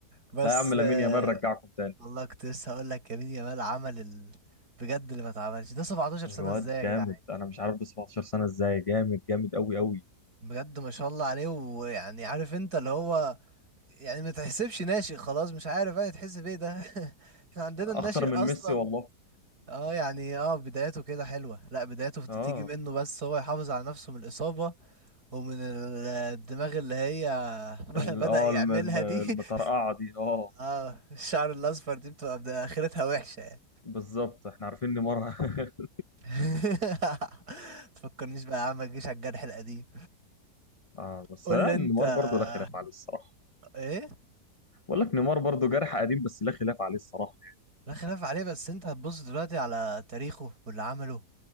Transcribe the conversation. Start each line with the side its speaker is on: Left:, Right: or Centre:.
Left: <laughs>
Right: بس
Left: لا يا عم لامين
Right: آه،
Left: يامال رجعكم تاني
Right: والله كنت لسه هقول لك يمين يامال عمل ال... بجد اللي ما اتعملش ده 17 سنة
Left: الواد
Right: ازاي يا جدعان
Left: جامد انا مش عارف ده 17 سنه ازاي جامد جامد قوي قوي
Right: بجد ما شاء الله عليه ويعني عارف انت اللي هو يعني ما تحسبش ناشئ خلاص مش عارف انا تحس بايه ده <laughs> احنا عندنا الناشئ
Left: اخطر من
Right: اصلا
Left: ميسي والله
Right: اه يعني اه بدايته كده حلوة لا بدايته بت-
Left: اه
Right: تيجي منه بس هو يحافظ على نفسه من الإصابة ومن ال- الدماغ اللي هي <laughs>
Left: ال-
Right: بدأ
Left: اه
Right: يعملها
Left: الم- الم- المطرقعه
Right: دي
Left: دي اه
Right: <laughs> اه الشعر الأصفر دي بتبقى بدا- آخرتها وحشة يعني
Left: بالظبط احنا عارفين نيمار <laughs>
Right: <laughs> تفكرنيش بقى يا عم ما تجيش على الجرح القديم
Left: اه بس
Right: قول
Left: لا،
Right: لي
Left: نيمار
Right: انت آه،
Left: برضه لا خلاف عليه الصراحه
Right: ايه
Left: بقول لك نيمار برضه جارح قديم بس لا خلاف عليه الصراحه
Right: لا خلاف عليه بس انت هتبص دلوقتي على تاريخه واللي عمله